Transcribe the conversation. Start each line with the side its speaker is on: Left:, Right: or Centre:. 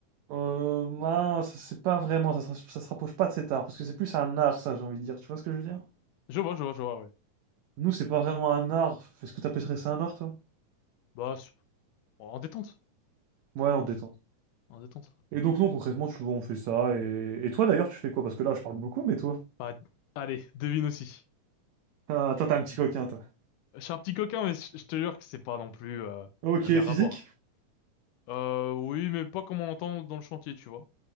Right: Euh, non, ça- c'est pas vraiment, ça, se- ça se rapproche pas de cet art, parce que c'est plus un art, ça, j'ai envie de dire. Tu vois ce que je veux dire?
Left: Je vois, je vois, je vois, ouais.
Right: Nous, c'est pas vraiment un art. Est-ce que t'appellerais ça un art, toi?
Left: Bah, c'est- bon, en détente,
Right: Ouais, on détend.
Left: en détente.
Right: Et donc, non, concrètement, tu vois, on fait ça. Et, et toi, d'ailleurs, tu fais quoi? Parce que là, je parle beaucoup, mais toi?
Left: Bah, allez, devine aussi.
Right: Ah, toi, t'es un petit coquin, toi.
Left: Je suis un petit coquin, mais je je te jure que c'est pas non plus euh,
Right: Ok,
Left: la mer
Right: physique?
Left: à boire. Euh, oui, mais pas comme on l'entend dans le chantier, tu vois.